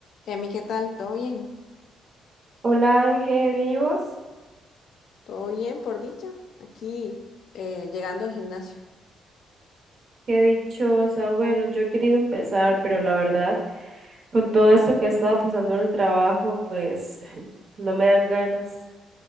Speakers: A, on the left; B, on the right.
A: Emi, ¿qué tal? ¿Todo bien?
B: Hola Ángel, ¿bien y vos?
A: ¿Todo bien, por dicha? Aquí eh, llegando al gimnasio.
B: Qué dichosa. Bueno, yo he querido empezar, pero la verdad, con todo esto que ha estado pasando en el trabajo, pues no me dan ganas.